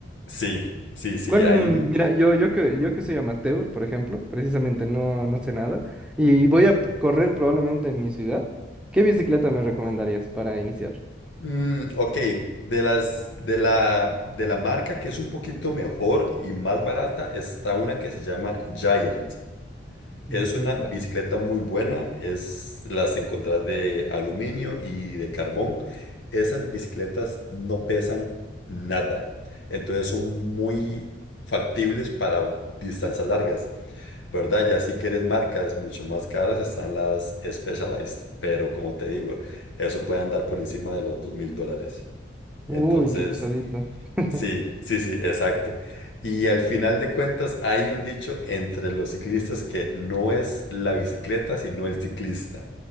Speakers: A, on the left; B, in the centre.
A: Sí, sí, sí,
B: ¿Cuál?
A: hay
B: Mira, yo, yo que, yo que soy amateur, por ejemplo, precisamente no, no sé nada, y voy a p- correr probablemente en mi ciudad, ¿qué bicicleta me recomendarías para iniciar?
A: Mm, ok, de las de la de la marca que es un poquito mejor y más barata está una que se llama Giant.
B: Ujú.
A: Es una bicicleta
B: Ya.
A: muy buena, es las encontrás de aluminio y de carbón. Esas bicicletas no pesan nada. Entonces son muy factibles para distancias largas, ¿verdad? Ya si quieres marcas mucho más caras están las Specialized, pero como te digo, eso puede andar por encima de los dos mil dólares.
B: Uy,
A: Entonces,
B: qué pesadita. <laughs>
A: sí, sí, sí, exacto. Y al final de cuentas hay un dicho entre los ciclistas que no es la bicicleta, sino el ciclista,